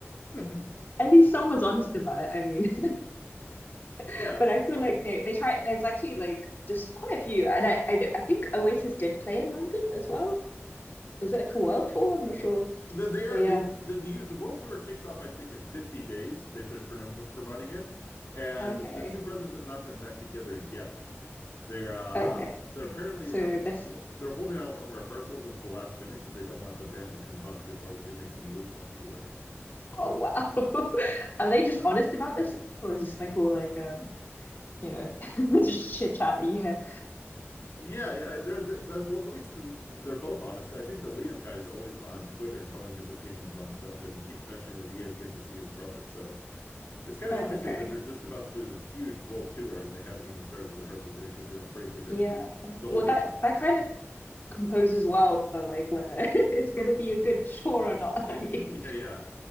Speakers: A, on the left; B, on the left.
A: <laughs>
B: at least someone's honest about it. I mean,
A: yeah.
B: <laughs> but I feel like they they try. There's actually like just quite a few, and I, I I think Oasis did play in London as well. Was it like a world tour? I'm not sure.
A: The, the,
B: But yeah,
A: the, the, the world tour kicks off, I think, in 50 days. They've been promoting it. And
B: okay,
A: the two brothers have not been back together yet. They're, uh,
B: okay.
A: they're apparently,
B: So
A: they're,
B: this.
A: they're holding out on rehearsals until the last minute because they don't want the band to combust before they can make some loot on tour.
B: Oh wow, <laughs> are they just honest about this, or is this like all like um you know <laughs> just chit chat that you hear?
A: Yeah, yeah, they're the, that's well, at least they're both honest. I think the Liam guy's always on Twitter telling his opinions on stuff, and he keeps mentioning that he has yet to see his brother. So it's kind
B: Oh
A: of interesting
B: okay,
A: that they're just about to do this huge world tour, and they haven't even started rehearsals yet because they're afraid they're going
B: yeah.
A: to be the whole
B: Well,
A: thing.
B: that
A: Will,
B: that kind of composes well for like whether <laughs> it's gonna be a good tour or not. <laughs> I
A: <laughs>
B: mean.
A: yeah, yeah.